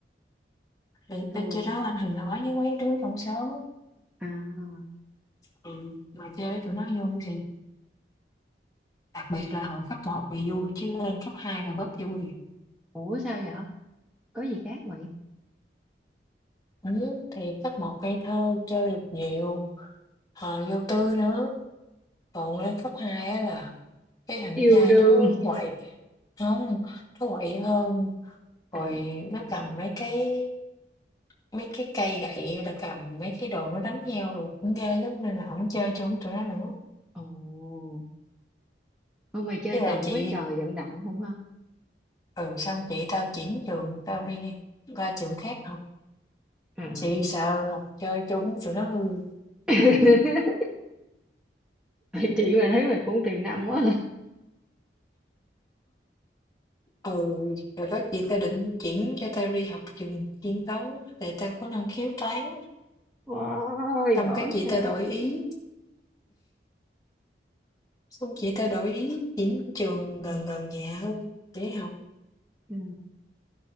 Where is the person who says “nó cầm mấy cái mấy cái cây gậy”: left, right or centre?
Left